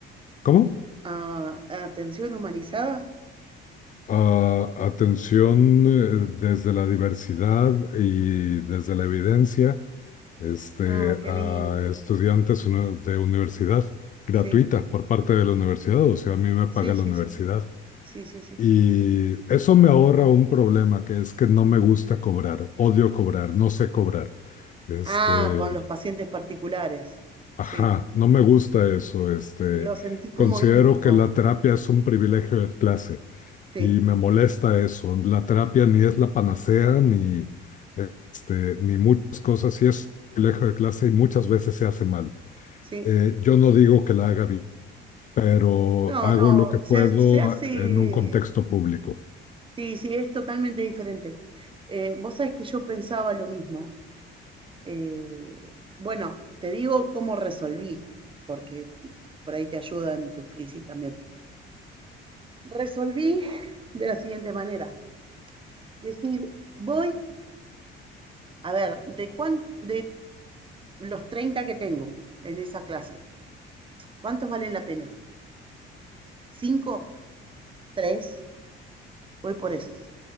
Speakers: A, on the left; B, on the right.
A: ¿Cómo?
B: Ah, atención humanizada.
A: A- atención, eh, desde la diversidad y desde la evidencia, este,
B: Ah, qué
A: a
B: lindo.
A: estudiantes uni- de universidad gratuita
B: Sí,
A: por parte de la universidad, o sea, a mí me paga
B: sí,
A: la
B: sí,
A: universidad.
B: sí, sí, sí, sí.
A: Y eso me ahorra un problema, que es que no me gusta cobrar, odio cobrar, no sé cobrar. Este,
B: Ah, con los pacientes particulares.
A: Ajá,
B: Sí,
A: no me gusta eso. Este,
B: lo sentí como
A: considero
B: íntimo.
A: que la terapia es un privilegio de clase
B: Sí,
A: y me molesta eso. La terapia ni es la panacea ni este, ni muchas cosas y es un privilegio de clase y muchas veces se hace mal.
B: sí.
A: Eh, yo no digo que la haga bien, pero
B: No,
A: hago
B: no,
A: lo que puedo
B: se, se hace,
A: en un contexto público.
B: sí, sí, es totalmente diferente. Eh, vos sabés que yo pensaba lo mismo. Eh, bueno, te digo cómo resolví, porque por ahí te ayuda en tus crisis también. resolví de la siguiente manera. Decir, voy, a ver, de, cuán, de los 30 que tengo en esa clase, ¿cuántos valen la pena? ¿Cinco? ¿Tres? Voy por esos.